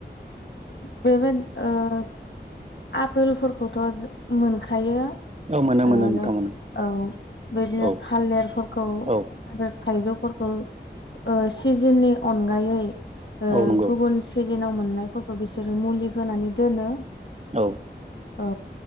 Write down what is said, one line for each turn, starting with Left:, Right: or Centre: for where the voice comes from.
Left: बेबादि आपेलफोरखौथ' मोनखायो।
Right: मोनो
Left: औ
Right: मोनो नोंथां
Left: नोंगौ
Right: मोनो
Left: औ बिदिनो
Right: औ
Left: थालेरफोरखौ
Right: औ
Left: आरो। थाइजौफोरखौ सिजेननि अनगायै
Right: औ नंगौ
Left: गुबुन सि। जेनाव मोननायफोरखौ बिसोरो मुलि होनानै दोनो।
Right: औ।
Left: औ।